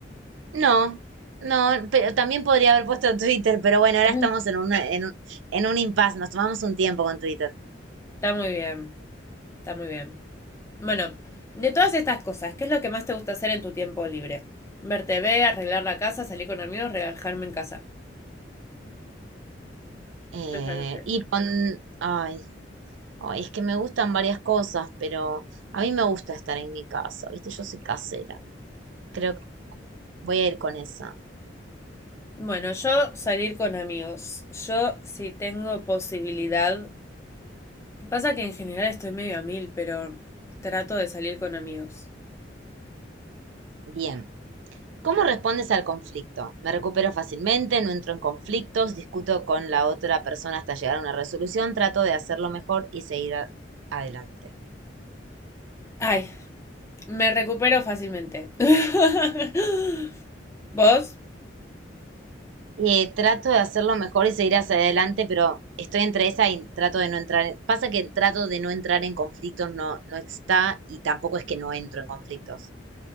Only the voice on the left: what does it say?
<laughs>
Está muy bien, está muy bien. Bueno, de todas estas cosas, ¿qué es lo que más te gusta hacer en tu tiempo libre? Ver TV, arreglar la casa, salir con amigos, relajarme en casa.
Yo ya lo sé.
Bueno, yo salir con amigos. Yo si tengo posibilidad. Pasa que en general estoy medio a mil, pero trato de salir con amigos.
Ay, me recupero fácilmente. <laughs> ¿Vos?